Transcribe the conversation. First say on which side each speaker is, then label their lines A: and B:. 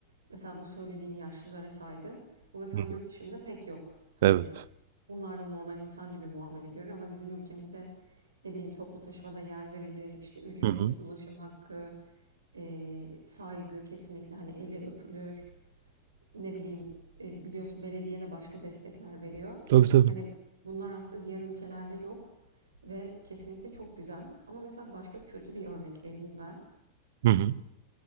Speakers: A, on the right (about 75°); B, on the right (about 55°).
A: Mesela bu söylediğin yaşlılara saygı. Bu mesela
B: Hı hı.
A: yurt dışında pek yok. Hani
B: Evet.
A: Onlar da normal insan gibi muamele görür ama bizim ülkemizde, ne bileyim, toplu taşımada yer verilir, işte ücretsiz
B: Hı hı.
A: ulaşım hakkı, eee, saygı kesinlikle, hani, eli öpülür. Ne bileyim, eee, biliyorsun belediye de başka destekler veriyor.
B: Tabii tabii.
A: Hani, bunlar aslında diğer ülkelerde yok ve kesinlikle çok güzel ama mesela başka kötü bir örnek vereyim ben.
B: Hı hı.